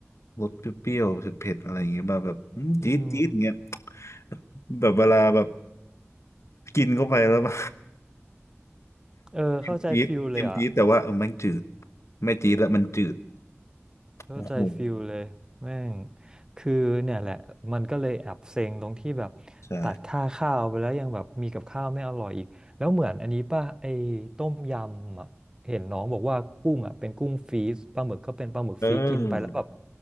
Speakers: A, on the left (about 70°); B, on the right (about 15°).
A: รสเปรี้ยวๆเผ็ดๆอะไรอย่างเงี้ยแบบแบบอืมจี๊ดจี๊ดเงี้ย
B: อืม
A: <laughs> แบบเวลาแบบกินเข้าไปแล้ว <laughs> ม
B: เออเข้าใจฟิลเลยอ่ะ
A: ัน <laughs> จิ้มจี๊ดจิ้มจี๊ดแต่ว่าเออมันจืดไม่จี๊ดแล้วมันจืด
B: เข้าใจฟิลเลยแม่ง
A: โอ้โห
B: คือเนี่ยแหละมันก็เลยแอบเซ็งตรงที่แบบ
A: ใช่
B: ตัดค่าข้าวไปแล้วยังแบบมีกับข้าวไม่อร่อยอีกแล้วเหมือนอันนี้ป่ะไอ้ต้มยำอ่ะเห็นน้องบอกว่ากุ้งอ่ะเป็นกุ้งฟรีซปลาหมึกก็เป็นปลาหมึกฟรีซกินไปแล้วแบบ
A: เออ